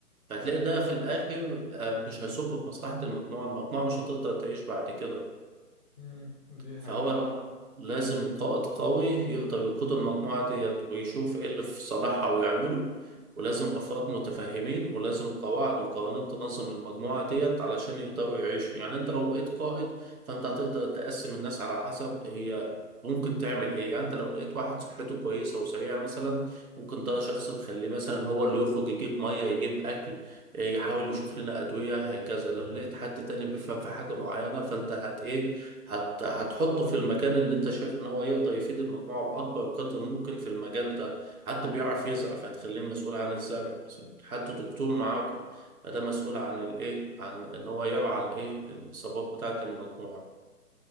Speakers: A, on the right; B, on the left.
A: فهتلاقي ده في الاخر آه، مش هيصب في مصلحة المجموعة المجموعة مش هتقدر تعيش بعد كده
B: امم دي
A: فهو
B: حقيقة فعلا
A: لازم قائد قوي يقدر يقود المجموعة ديت ويشوف ايه اللي في صالحها ويعمله ولازم أفراد متفاهمين ولازم قواعد وقوانين تنظم المجموعة ديت علشان يقدروا يعيشوا يعني انت لو بقيت قائد فانت هتقدر تقسم الناس على حسب هي ممكن تعمل ايه يعني انت لو لقيت واحد صحته كويسة وسريعة مثلا ممكن ده شخص
B: بالظبط
A: نخليه مثلا هو اللي يخرج يجيب مية يجيب اكل يحاول يشوف لنا ادوية هكذا لو لقيت حد تاني بيفهم في حاجة معينة فانت هت ايه هت... هتحطه في المكان اللي انت شايف ان هو يقدر يفيد المجموعه باكبر قدر ممكن في المجال ده حد بيعرف يزرع فهتخليه مسؤول عن الزرع مثلا حد دكتور معاكم فده مسؤول عن الايه عن ان هو يرعى الايه الاصابات بتاعه المجموعه